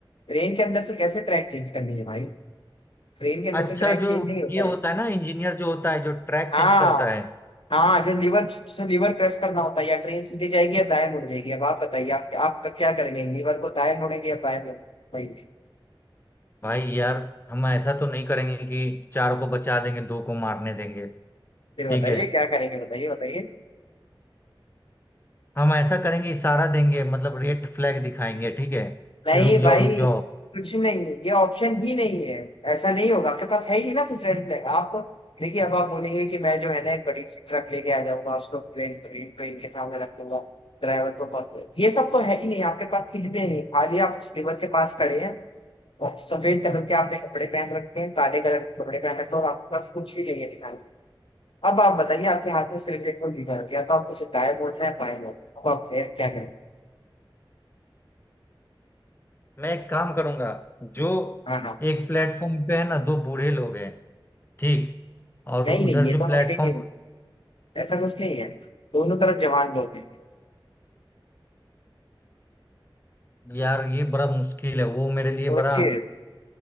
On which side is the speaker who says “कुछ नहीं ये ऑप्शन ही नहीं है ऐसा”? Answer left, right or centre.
Left